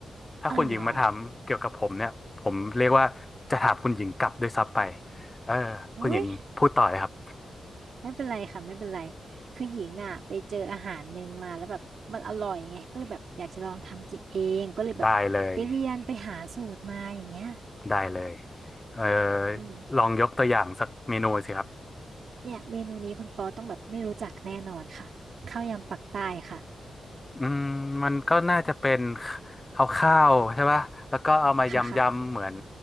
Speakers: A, on the left; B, on the right.
A: ถ้าคุณหญิงมาถามเกี่ยวกับผมเนี่ยผมเรียกว่าจะถามคุณหญิงกลับด้วยซ้ำไป
B: อ๋อเหรอ
A: เออคุณหญิงพูดต่อเลยครับ
B: อุ้ยไม่เป็นไรค่ะไม่เป็นไรคือหญิงอ่ะไปเจออาหารหนึ่งมาแล้วแบบมันอร่อยไงก็เลยแบบอยากจะลองทำกินเองก็เลยแบบไปเรียนไปหาสูตรมาอย่างเงี้ย
A: <laughs> ได้เลยได้เลยเออ
B: อืม
A: ลองยกตัวอย่างสักเมนูสิครับ
B: เนี่ยเมนูนี้คุณปอต้องแบบไม่รู้จักแน่นอนค่ะข้าวยำปักใต้ค่ะ
A: อืมมันก็น่าจะเป็นเอาข้าวใช่ป่ะแล้วก็เอามายำยำเหมือน
B: ค่ะค่ะ